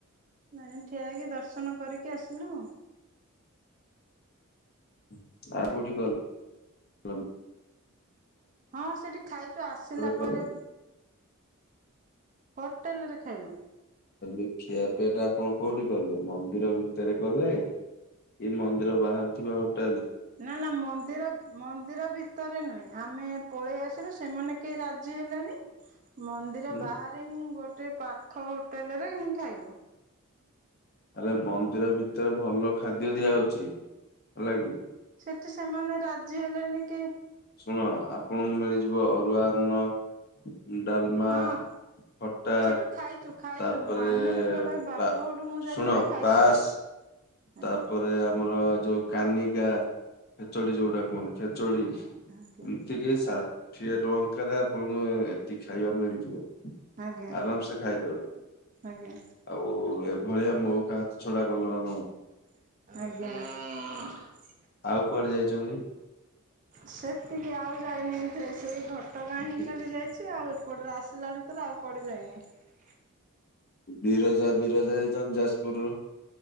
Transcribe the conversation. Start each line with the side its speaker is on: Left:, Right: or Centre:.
Right: ମାନେ ଠିଆଇକି ଦର୍ଶନ କରିକି ଆସିଲୁ।
Left: <unintelligible>
Right: ହଁ ସେଠି ଖାଇକି ଆସିଲା
Left: କଲେ
Right: ପରେ ହୋଟେଲ ରେ ଖାଇଲୁ।
Left: ଏ ଖିଆ ପିଆ ଟା ଆପଣ କୋଉଠି କଲେ ମନ୍ଦିର ଭିତରେ କଲେ କି ମନ୍ଦିର ବାହାରେ ଥିବା ହୋଟେଲ ରେ
Right: ନା ନା ମନ୍ଦିର ମନ୍ଦିର ଭିତରେ ନୁହେଁ ଆମେ ପଳେଇ ଆସିଲୁ ସେମାନେ କେହି ରାଜି ହେଲେଣିି ମନ୍ଦିର
Left: ଉଁ
Right: ବାହାରେ ହିଁ ଗୋ ଗୋଟେ ପାଖ ହୋଟେଲ ରେ ହିଁ ଖାଇଲୁ।
Left: ଆରେ ମନ୍ଦିର ଭିତରେ ଭଲ ଖାଦ୍ୟ ଦିଆହଉଛି ହେଲା କିି।
Right: ସେଠି ସେମାନେ ରାଜି ହେଲେନି କେ
Left: ଶୁଣ ଆପଣଙ୍କୁ ମିଳିଯିବ ଅରୁଆ ଅନ୍ନ ଡାଲମା
Right: ହଁ
Left: ଖଟା
Right: ସେଠୁ ଖାଇଛୁ ଖାଇଛୁ
Left: ତାପରେ
Right: ଆମେ ଯେ ସେତେବେଳେ ବାପଘରଠୁ
Left: ବା
Right: ମୁଁ ଯାଇଥିଲି
Left: ଶୁଣ
Right: ଖାଇଛୁ
Left: ପାସ୍
Right: ସେଠି ଆଜ୍ଞା
Left: ତାପରେ ଆମର ଯୋଉ କାନିକା ଖେଚଡି ଯୋଉଟା କହଣ ଖେଚଡି
Right: ଆଜ୍ଞା
Left: ଏମିତିକ ସ ଟଙ୍କାରେ ଆପଣଙ୍କୁ ଏଠି ଖାଇବା ମିଳିଯିବ।
Right: ଆଜ୍ଞା।
Left: ଆରାମ ସେ ଖାଇଦେବେ
Right: ଆଜ୍ଞା
Left: ଆଉ ଏଭଳିଆ ମଉକା ଛଡା ଗଲ ନା ତମେ।
Right: ଆଜ୍ଞା।
Left: ଆଉ କୁଆଡେ ଯାଇଛନ୍ତି?
Right: ସେତିକି ଆଉ ଯାଇନି ସେ ସେଇ ଘଟଗାଁ ହିଁ
Left: ବି
Right: ଖାଲି ଯାଇଛି ଆଉ ଏପଟରୁ ଆସିଲା ଭିତରେ ଆଉ କୁଆଡ଼େ ଯାଇନି।
Left: ବିରଜା ବିରଜା ଯାଇଛ ଯାଜପୁରରୁୁ